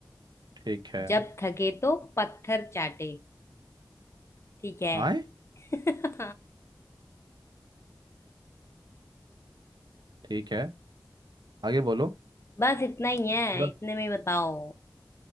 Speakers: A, on the right (about 85°); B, on the left (about 40°).
A: ठीक है
B: जब थके तो पत्थर चाटे ठीक है
A: आए
B: <laughs>
A: ठीक है आगे बोलो
B: बस इतना ही है
A: पूरा
B: इतने में ही बताओ